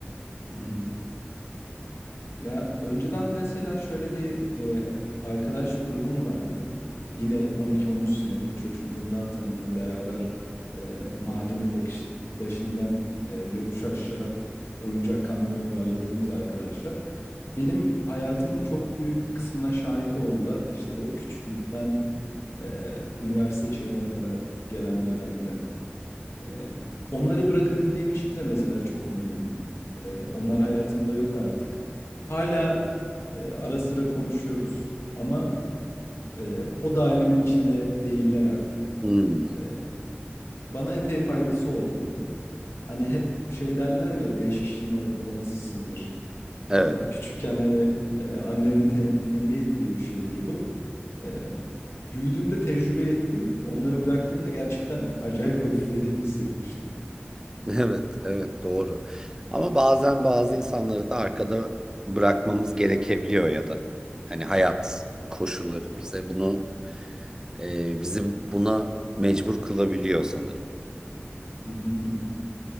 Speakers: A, on the left; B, on the right.
A: hı hı. Ya önceden mesela şöyle bir e, arkadaş grubum vardı. Yine 12-13 senelik çocukluğumdan tanıdım. Beraber e, mahallenin bakış, başından e, yokuş aşağı oyuncak kamyon yuvarladığımız arkadaşlar. Benim hayatımın çok büyük bir kısmına şahit oldular. İşte o küçüklükten e, üniversite çağına kadar gelen dönemde. Eee, onları bırakabildiğim için de mesela çok memnunum. Eee, onlar hayatımda yok artık. Hala eee, ara sıra konuşuyoruz ama, eee, o dairenin içinde değiller artık.
B: Hmm,
A: Eee, bana epey faydası oldu bunun. Hani hep şey derler ya, 5 kişinin ortalamasısındır.
B: evet,
A: Eee, küçükken hani, eee, annenin tem tembih ettiği bir şeydir bu. Eee, büyüdüğümde tecrübe ettim. Onları bıraktığımda gerçekten acayip hafiflediğimi hissetmiştim.
B: <laughs> evet, evet doğru. Ama bazen bazı insanları da arkada bırakmamız gerekebiliyor ya da hani hayat koşulları bize bunu e, bizi buna mecbur kılabiliyor sanırım.
A: Hı hı, hı hı.